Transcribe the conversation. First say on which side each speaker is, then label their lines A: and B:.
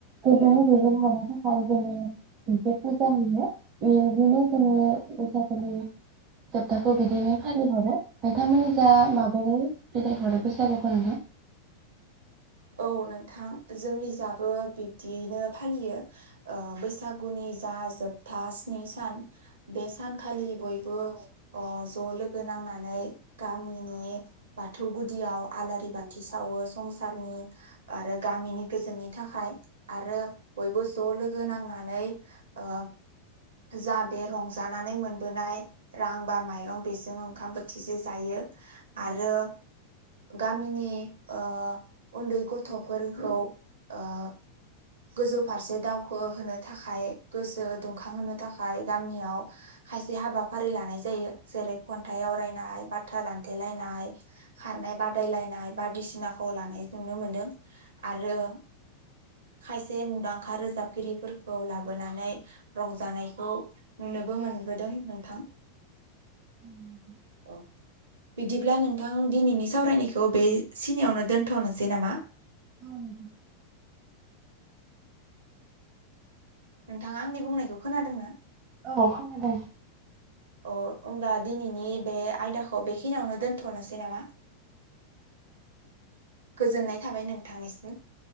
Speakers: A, on the right (about 35°); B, on the right (about 65°).
A: गोजोनै दैदेनहरनो थाखाय जोङो मोनसे फुजा होयो बिदिनो जोङो बैसागोनि जोबथाखौ बिदिनो फालिहरो। नोंथांमोननि जा माबोरै बिदायहरो? बैसागुखौ नोंथां?
B: औ नोंथां जोंनि जाबो बिब्दियैनो फालियो ओ बैसागुनि जा जोबथा स्नि सान बे सानखालि बयबो अ ज' लोगो नांनानै गामिनि बाथौ गुदियाव आलारि बाथि सावो संसा सारनि आरो गामिनि गोजोननि थाखाय आरो बयबो ज' लोगो नांनानै ओ जा बे रंजानानै मोनबोनाय रां बा माइरं बेजों ओंखाम बोथिजो जायो आरो गामिनि ओ उन्दै गथ'फोरखौ ओ गोजौ फारसे दावखोहोनो थाखाय गोसो दुंखांहोनो थाखाय गामियाव खायसे हाबाफारि लानाय जायो जेरै खन्थाइ आवरायनाय बाथ्रा दानथेलायनाय खारनाय बादायलायनाय बायदिसिनाखौ लानाय नुनो मोनदों आरो। खायसे मुंदांखा रोजाबगिरिफोरखौ लाबोनानै रंजानायखौ नुनोबो मोनबोदों नोंथां।
A: उम
B: औ बिदिब्ला नोंथां दिनैनि सावरायनायखौ बे सिनियावनो दोन्थ'नोसै नामा?
A: औ नोंथां
B: नोंथाङा आंनि बुंनायखौ खोनादों ना?
A: औ खोनादों।
B: अ होमबा दिनैनि बे आयदाखौ बेखिनियावनो दोनथ'नोसै नामा गोजोननाय थाबाय नोंथांनिसिम।